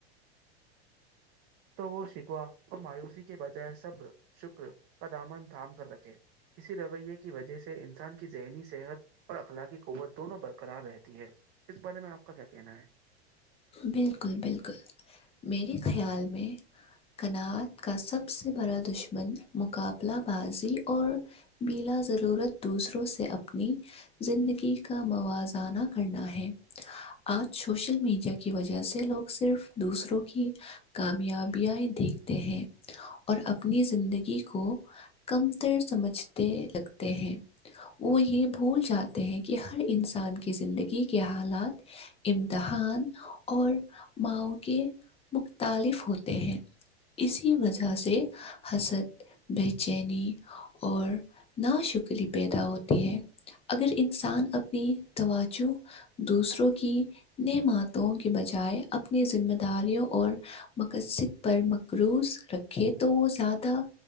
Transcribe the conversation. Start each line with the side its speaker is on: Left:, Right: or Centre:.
Right: تو وہ شکوا اور مایوسی کے بجائے صبر شکر کا دامن تھام کر رکھے اسی رویے کی وجہ سے انسان کی ذہنی صحت اور اخلاقی قوت دونوں برقرار رہتی ہے اس بارے میں آپ کا کیا کہنا ہے
Left: بالکل بالکل میرے خیال میں کناعت کا سب سے بڑا دشمن مقابلہ بازی اور بلا ضرورت دوسروں سے اپنی زندگی کا موازنہ کرنا ہے آج سوشل میڈیا کی وجہ سے لوگ صرف دوسروں کی کامیابیا دیکھتے ہیں اور اپنی زندگی کو کم تر سمجھتے لگتے ہیں وہ یہ بھول جاتے ہیں کہ ہر انسان کی زندگی کے حالات امتہا کھان اور ماؤ کے مختالف ہوتے ہیں اسی وجہ سے حست بے چینی اور ناشکری پیدا ہوتی ہے اگر انسان اپنی توجو دوسروں کی نمتوں کے بجائے اپنی ذمہ داریوں اور مقصد پر م کروز رکھے تو زیادہ